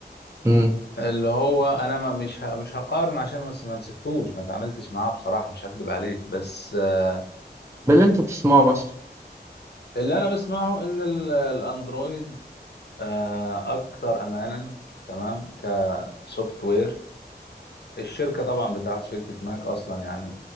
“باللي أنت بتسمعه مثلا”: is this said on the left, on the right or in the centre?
Right